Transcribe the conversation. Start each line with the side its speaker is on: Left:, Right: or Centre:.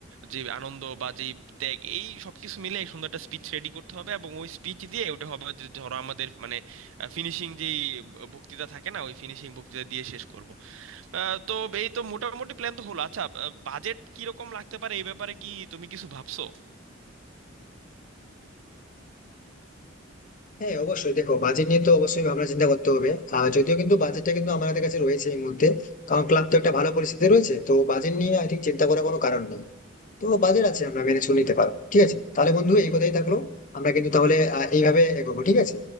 Right: যে আনন্দ বা যে ত্যাগ এই সবকিছু মিলে এক সুন্দর একটা স্পিচ রেডি করতে হবে এবং ওই স্পিচ দিয়ে ওটা হবে যে ধরো আমাদের মানে ফিনিশিং যেই বক্তৃতা থাকে না ওই ফিনিশিং বক্তৃতা দিয়ে শেষ করব আহ, তো এই তো মোটামুটি প্ল্যান তো হলো আচ্ছা বাজেট কিরকম লাগতে পারে এই ব্যাপারে কি তুমি কিছু ভাবছো
Left: হ্যাঁ অবশ্যই দেখো বাজেট নিয়ে তো অবশ্যই ভাবনা চিন্তা করতে হবে আর যদিও কিন্তু বাজেটটা কিন্তু আমাদের কাছে রয়েছে এই মুহূর্তে কারণ ক্লাব তো একটা ভালো পরিস্থিতি রয়েছে তো বাজেট নিয়ে আই থিঙ্ক চিন্তা করার কোনো কারণ নেই তো বাজেট আছে আমরা ম্যানেজ করে নিতে পারবো ঠিক আছে তাহলে বন্ধু এই কথাই থাকলো আমরা কিন্তু তাহলে আহ, এইভাবে এগোবো ঠিক আছে